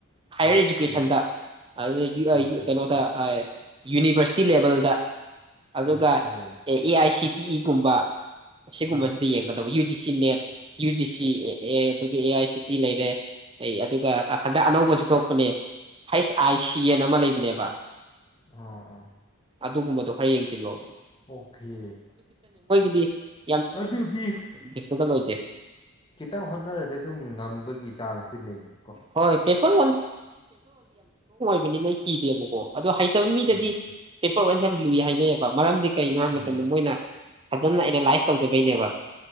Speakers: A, on the right; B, on the left.
A: higher
B: okay
A: ꯏꯖꯨꯀꯦꯁꯟꯗ ꯑ
B: ꯑꯠꯆꯥ ꯑꯠꯆꯥ
A: ꯀꯩꯅꯣ ꯊ ꯌꯨꯅꯤꯚꯔꯁ ꯇꯤ ꯂꯦꯕꯦꯜꯗ ꯑꯗꯨꯒ
B: okay
A: A A I C T ꯏꯒꯨꯝꯕ ꯁꯤꯒꯨꯝꯕꯁꯤꯗ
B: ꯎꯝ
A: ꯌꯦꯡꯒꯗꯕ U G C NET U G C A ꯑꯦ ꯑꯗꯨꯒ ꯑꯦ ꯑꯥꯏ ꯁꯤ ꯇꯤ ꯂꯩꯔꯦ ꯑꯩ ꯑꯗꯨꯒ ꯍꯟꯗꯛ ꯑꯅꯧꯕꯁꯨ ꯊꯣꯛꯄꯅꯦ ꯍꯩꯁ ꯑꯥꯏ ꯁꯤ ꯑꯦꯟ ꯑꯃ ꯂꯩꯕꯅꯦꯕ
B: ꯑꯣ ꯑꯣ
A: ꯑꯗꯨꯒꯨꯝꯕꯗꯣ ꯈꯔꯥ ꯌꯦꯡꯆꯜꯂꯣꯕ
B: ꯑꯣꯀꯦ
A: <unintelligible>
B: ꯑꯗꯨꯗꯤ
A: ꯗꯤꯐꯤꯀꯜ ꯑꯣꯏꯗꯦ
B: ꯈꯤꯇꯪ ꯍꯣꯠꯅꯔꯗꯤ ꯑꯗꯨꯝ ꯉꯝꯕꯒꯤ ꯆꯥꯟꯁ ꯆꯤ ꯂꯩꯅꯦ
A: ꯍꯣꯏ ꯄꯦꯄꯔ ꯅ ꯑꯩ ꯀꯤꯗꯦꯕꯀꯣ ꯑꯣ ꯍꯩꯇꯕ ꯃꯤꯗꯗꯤ
B: ꯎꯝ
A: ꯄꯦꯄꯔ ꯋꯥꯟꯁꯦ ꯌꯥꯝ ꯂꯨꯏ ꯍꯥꯏꯅꯩꯕ ꯃꯔꯝꯗꯤ ꯀꯩꯒꯤꯅꯣ ꯍꯥꯏꯕ
B: ꯎꯝ
A: ꯃꯇꯝꯗ ꯃꯣꯏꯅ ꯐꯖꯅ ꯑꯦꯅꯥꯂꯥꯏꯁ ꯇꯧꯗꯕꯩꯅꯦꯕ